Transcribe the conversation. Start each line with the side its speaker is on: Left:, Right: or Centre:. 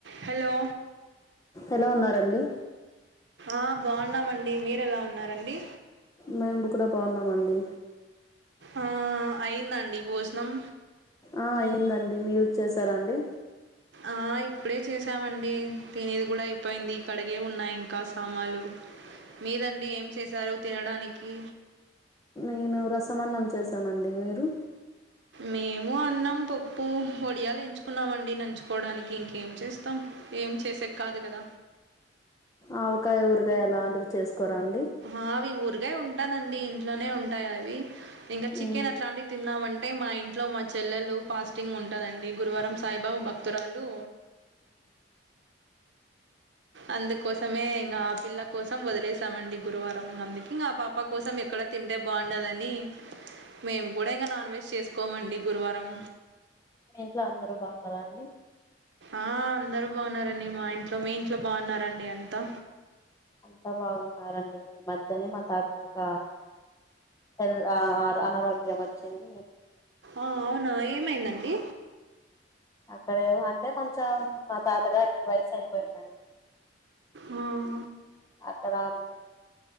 Right: Hello!
Left: ఎలా ఉన్నారండి.
Right: ఆ బావున్నామండి మీరు ఎలా ఉన్నారండి
Left: మేము కూడా బాగున్నామండి.
Right: ఆ అయ్యందా అండి భోజనం
Left: ఆ అయ్యందండి మీరోచ్చెసారా అండి.
Right: ఆ ఇప్పుడే చేసామండి తినేది గుడా అయిపోయింది కడిగే ఉన్నాయి ఇంకా సామానులు
Left: అ
Right: మీదండి ఏం చేసారు తినడానికి
Left: నేను రసమన్నం చేసమండి మీరు
Right: మేము అన్నం పప్పు ఒడియాలు ఎంచుకున్నామండి నంచుకోవడానికి ఇంకేం చేస్తాం ఏం చేసే కాదు కద
Left: ఆవకాయ ఊరగాయ అలాంటివి చేసుకోరాండి
Right: ఆఁ అవి ఊర్గాయ ఉంటదండి ఇంట్లోనే ఉంటాయి అవి ఇంకా చికెన్
Left: ఉమ్.
Right: అట్లాంది తిందామంటే మా ఇంట్లో మా చెల్లెలు ఫాస్టింగ్ ఉంటదండి గురువారం సాయిబాబు బక్ ఉత్తరాలు అందుకోసమే ఇంగ ఆ పిల్ల కోసం వదిలేసమండి గురువారం అందుకింక ఆ పాప కోసం ఎక్కడ తింటే బావుండదని మేము గూడ ఇంక నాన్ వెజ్ చేసుకోమండి గురువారం
Left: మీ ఇంట్లో అందరు బాగున్నరా అండి
Right: ఆఁ అందరూ బాగున్నరండి మా ఇంట్లో మీ ఇంట్లో బాగున్నారండి అంతా
Left: అంతా బాగున్నారండి మధ్యనే మా తాతకొక పెల్ ఆఁ ర్ అనారోగ్యం వచ్చింది
Right: ఆఁ అవునా ఏమైందండి
Left: అక్కడేవొ అంటే కొంచెం మా తాతగారికి వయసు అయిపోయిందండి
Right: హుమ్మ్ఁ
Left: అక్కడములు